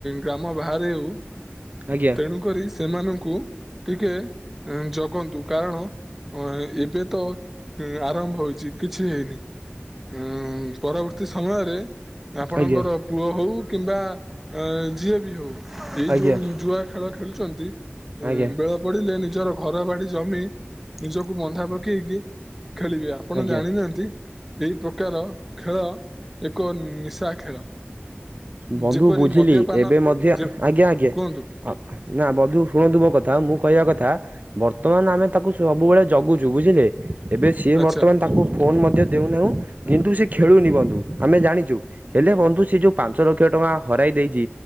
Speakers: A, in the centre; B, on the right.
A: ଗ୍ରାମ ବାହାରେ ହଉ
B: ଆଜ୍ଞା
A: ତେଣୁ କରି ସେମାନଙ୍କୁ ଟିକେ ଜଗନ୍ତୁ, କାରଣ ହଁ ଏବେ ତ ଆରମ୍ଭ ହୋଇଛି, କିଛି ହେଇନି । ହୁଁ, ପରବର୍ତ୍ତୀ ସମୟରେ ଆପଣଙ୍କର
B: ଆଜ୍ଞା
A: ପୁଅ ହଉ କିମ୍ବା ଏଁ କିମ୍ବା ଯିଏବି ହଉ, ଏଇ
B: ଆଜ୍ଞା
A: ଯୋଉ ଯୁଆ ଖେଳ ଖେଳୁ ଛନ୍ତି
B: ଆଜ୍ଞା
A: ବେଳ ପଡିଲେ ନିଜ ଘର ବାଡି ଜମି ନିଜକୁ ବନ୍ଧା ପକେଇକି ଖେଳିବେ ଆପଣ
B: ଆଜ୍ଞା
A: ଜାଣିନାହାନ୍ତି। ଏଇ ପ୍ରକାର ଖେଳ ଏକ ନିଶା ଖେଳ।
B: ବନ୍ଧୁ
A: ଯେପରି
B: ବୁଝିଲି
A: ମଦ୍ୟପାନ
B: ଏବେ ମଧ୍ୟ
A: ଯେ
B: ଆଜ୍ଞା ଆଜ୍ଞା।
A: କୁହନ୍ତୁ
B: ନା ବନ୍ଧୁ ଶୁଣନ୍ତୁ ମୋ କଥା ମୁଁ କହିବା କଥା ବର୍ତ୍ତମାନ ଆମେ ତାକୁ ସବୁବେଳେ ଜଗୁଛୁ ବୁଝିଲେ ଏବେ ସିଏ
A: ଆଚ୍ଛା
B: ବର୍ତ୍ତମାନ ତା ଫୋନ ମଧ୍ୟ ଦେଉନାହୁଁ କିନ୍ତୁ ସେ ଖେଳୁନି ବନ୍ଧୁ ଆମେ ଜାଣିଛୁ ହେଲେ ବନ୍ଧୁ ସେ ଯୋଉ ପାଞ୍ଚ ଲକ୍ଷ ଟଙ୍କା ହରାଇ ଦେଇଛି